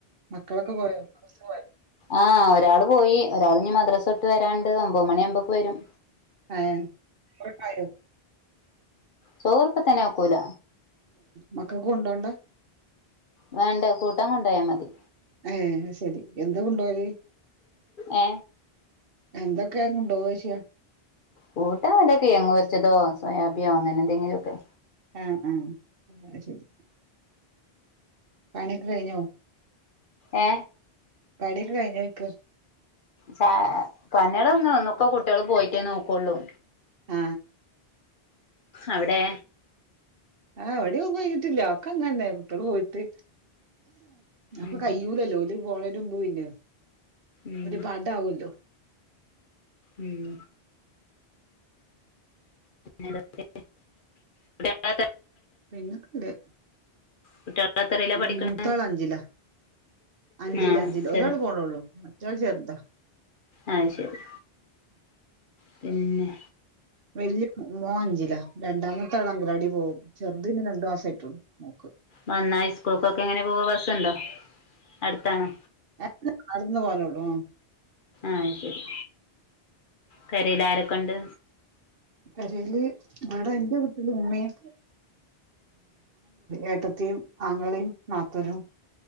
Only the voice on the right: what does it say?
മക്കളൊക്കെ പോയോ മദ്രസ് പോയോ
ഏം ചോറൊക്കായൊ
മക്കക്ക് കൊണ്ടോണ്ട
ഏ ശരി എന്താ കൊണ്ടോവല്
എന്തൊക്കെ കൊണ്ടോവോശിയ
ആ അ അത് ശരി പണിയൊക്കെ കഴിഞ്ഞോ
പണിയൊക്കെ കഴിഞ്ഞോയ്ക്ക
ആ
ആ എവട്യൊന്നും കഴിഞ്ഞിട്ടില്ല ഒക്കെ അങ്ങൻന്നെ കുട്ട്യള് പോയിട്ട് അപ്പൊ
കയ്യൂലല്ലോ ഓല് പോണന്റെ മുമ്പ് പിന്നെ
ഒരു പടാവുല്ലോ
പിന്നക്കണ്ട്
ഓ,
മൂത്താളഞ്ചിലാ അഞ്ചില്,
അഞ്ചില്
ഒരാൾ പോണുള്ളൂ. മറ്റേയാൾ ചെറുതാ
വലിയ മോനഞ്ചിലാ രണ്ടാമത്തെയാള് അംഗൻവാടിയിൽ പോകും. ചെറുത് പിന്നെ രണ്ടു മാസമായിട്ടുള്ളൂ മോക്ക്
എ. ഇവിടുന്ന് നടന്നുപോകാനുള്ളൂ
കരയിലിവിടെയെന്റെ വീട്ടില് ഉമ്മയും ഏട്ടത്തിയും ആങ്ങളയും നാത്തൂനും